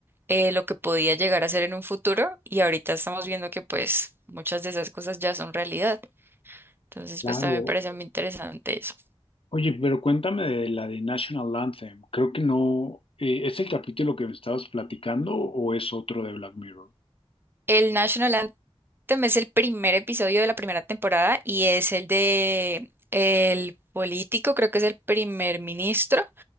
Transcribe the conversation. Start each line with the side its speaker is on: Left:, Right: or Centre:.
Right: eh, lo que podía llegar a ser en un futuro y ahorita estamos viendo que pues muchas de esas cosas ya son realidad. Entonces,
Left: Claro,
Right: pues también me parece muy interesante eso.
Left: Oye, pero cuéntame de la de National Anthem. Creo que no. eh, ¿es el capítulo que me estabas platicando o es otro de Black Mirror?
Right: El National Anthem es el primer episodio de la primera temporada y es el de el político, creo que es el primer ministro.